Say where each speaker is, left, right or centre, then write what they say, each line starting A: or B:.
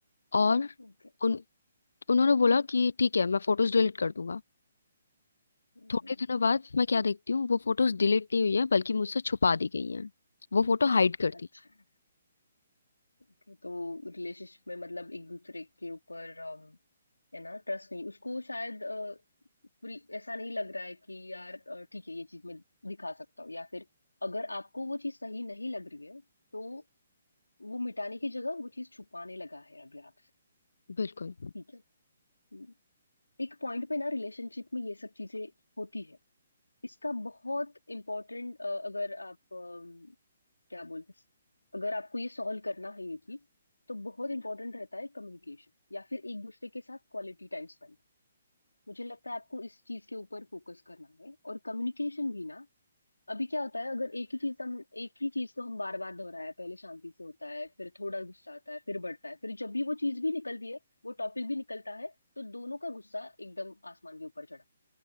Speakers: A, on the left; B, on the left.
A: और
B: हाँ।
A: उन उन्होंने बोला कि ठीक है मैं फोटोज डिलीट कर दूंगा
B: हम्म,
A: थोड़े दिनों बाद मैं क्या देखती हूँ वो फोटोज डिलीट नहीं हुई है बल्कि मुझसे छुपा दी गई हैं वो फोटो हाइड कर
B: अच्छा
A: दी
B: ओके तो रिलेशनशिप में मतलब एक दूसरे के ऊपर अम, है ना ट्रस्ट नहीं उसको शायद अ, पूरी ऐसा नहीं लग रहा है कि यार अ, ठीक है ये चीज मैं दिखा सकता हूँ या फिर अगर आपको वो चीज सही नहीं लग रही है तो वो मिटाने की जगह वो चीज छुपाने लगा है अभी आपसे
A: बिल्कुल
B: ठीक है हम्म, एक पॉइंट पे ना रिलेशनशिप में ये सब चीजें होती है इसका बहुत इम्पोर्टेंट अगर आप क्या बोलते हैं अगर आपको ये सॉल्व करना है ये चीज तो बहुत इंपॉर्टेंट रहता है कम्युनिकेशन या फिर एक दूसरे के साथ क्वालिटी टाइम स्पेंड मुझे लगता है आपको इस चीज के ऊपर फोकस करना है और कम्युनिकेशन भी ना अभी क्या होता है अगर एक ही चीज हम एक ही चीज को हम बार बार दोहराया पहले शांति से होता है फिर थोड़ा गुस्सा आता है फिर बढ़ता है फिर जब भी वो चीज भी निकलती है वो टॉपिक भी निकलता है तो दोनों का गुस्सा एकदम आसमान के ऊपर चढ़ा